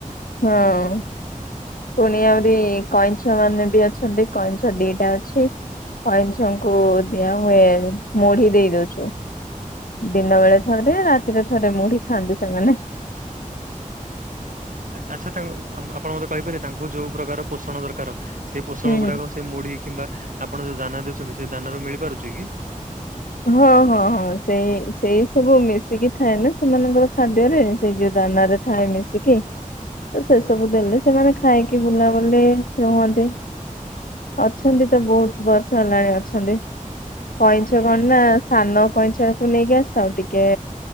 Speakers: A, on the left; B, on the right.
A: ହଁ। ପୁଣି ଆହୁରି କଇଁଛ ମାନେ ବି ଅଛନ୍ତି କଇଁଛ ଦିଟା ଅଛି। କଇଁଛ ଙ୍କୁ ଦିଆ ହୁଏ ମୁଢି ଦେଇ ଦଉଚୁ। ଦିନ ବେଳେ ଥରେ ରାତିରେ ଥରେ ମୁଢି ଖାଆନ୍ତି ସେମାନେ।।
B: ଆଛା ତାଙ୍କ-ଆ- ଆପଣ ମତେ କହିପାରିବେ ତାଙ୍କୁ ଯଉ ପ୍ରକାର ପୋଷଣ ଦରକାର ସେଇ ପୋଷଣ
A: ହୁଁ।
B: ଗୁଡାକ ସେ ସେ ମୁଢି କିମ୍ବା ଆପଣ ଯଉ ଦାନା ଦଉଚନ୍ତି ସେ ଦାନାରୁ ମିଳିପାରୁଚି କି?
A: ହଁ -ହଁ- ହଁ ସେଇ -ସେଇ ସବୁ ମିଶିକି ଖାଇଲେ ସେମାନଙ୍କର ଖାଦ୍ୟରେ ସେଇ ଯଉ ଦାନାରେ ଥାଏ ମିଶିକି। ତ ସେ ସବୁ ଦେଲେ ସେମାନେ ଖାଇକି ବୁଲାବୁଲି ରୁହନ୍ତି। ଅଛନ୍ତି ତ ବହୁତ ବର୍ଷ ହେଲାଣି ଅଛନ୍ତି କଇଁଛ
B: ଆଜ୍ଞା
A: କଣ୍ ନା ସାନ କଇଁଛକୁ ନେଇକି ଆସିଥାଉ ଟିକେ